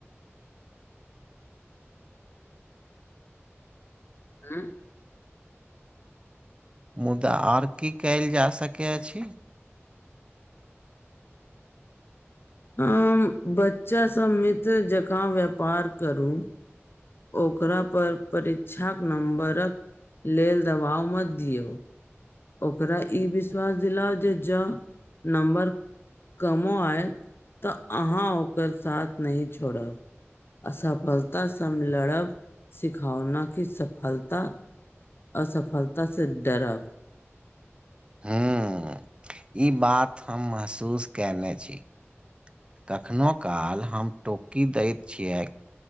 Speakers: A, on the left (about 50°); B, on the right (about 25°).
A: हुँ,
B: मुदा आओर की कयल जा सकैत अछि?
A: अ बच्चा सब मित्र जकाँ व्यापार करू। ओकरा पर, परीक्षाक नंबरक लेल दबाव मत दियौ। ओकरा ई विश्वास दिला, जे ज नम्बर कमो आयत, तऽ अहाँ ओकर साथ न छोड़ब। असफलता सम लड़ब, सिखावना की सफलता असफलता से डरब।
B: हुँ, ई बात हम महसूस कने छी। कखनोहु काल हम टोकी दैत छियै।